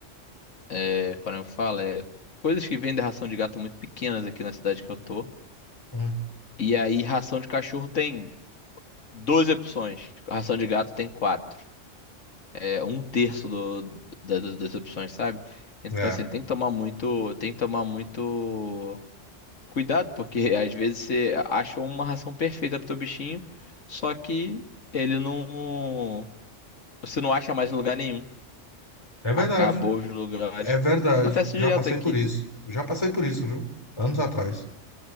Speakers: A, on the left; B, on the left.
A: é, quando eu falo, é coisas que vendem ração de gato muito pequenas aqui na cidade que eu tô.
B: Hum,
A: E aí, ração de cachorro tem 12 opções, ração de gato tem quatro É um terço do, da- da- das opções, sabe? Então,
B: É,
A: assim, tem que tomar muito, tem que tomar muito. Cuidado, porque <laughs> às vezes você achou uma ração perfeita pro teu bichinho, só que ele não. Você não acha mais em lugar nenhum.
B: é verdade,
A: Acabou os lugares.
B: é verdade.
A: Acontece
B: Já
A: direto
B: passei
A: aqui.
B: por isso. Já passei por isso, viu? Anos atrás.